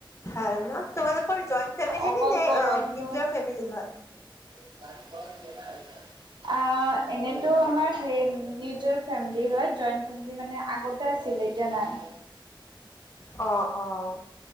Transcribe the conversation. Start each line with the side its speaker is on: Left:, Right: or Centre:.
Left: ভাল ন', তোমালোকৰ জইণ্ট ফেমেলি
Right: অকল
Left: ন নে,
Right: গৰমটো
Left: আহ নিজৰ ফেমিলি হয়।
Right: <unintelligible> আহ, এনেইতো আমাৰ সেই নিজৰ ফেমিলি হয়, জইণ্ট ফেমিলি মানে আগত তে আহিলে, এতিয়া নাই।
Left: অ', অ'।